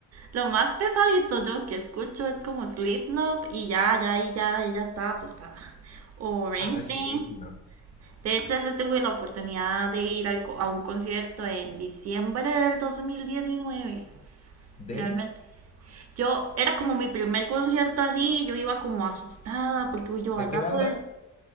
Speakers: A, on the right; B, on the left.
A: lo más pesadito yo que escucho es como Slipknot y ya, ya, y ya, ella está asustada. O Rammstein.
B: Ah, Slipknot.
A: De hecho, ese tuve la oportunidad de ir al co- a un concierto en diciembre del 2019,
B: ¿De?
A: realmente. Yo, era como mi primer concierto así, yo iba como asustada porque uy, yo
B: ¿De
A: al rato
B: qué banda?
A: es,